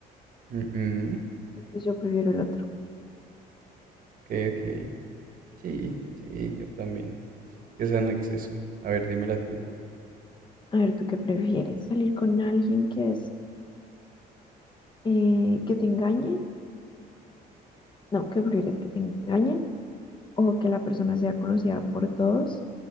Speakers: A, on the right; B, on the left.
A: Ujú,
B: Entonces yo prefiero el otro.
A: Ok, ok. Sí, sí, yo también. Es que es un exceso. A ver, dímela tú.
B: A ver, ¿tú qué prefieres? ¿Salir con alguien que es eh, que te engañe? No, ¿qué prefieres? ¿Que te engañen? ¿O que la persona sea conocida por todos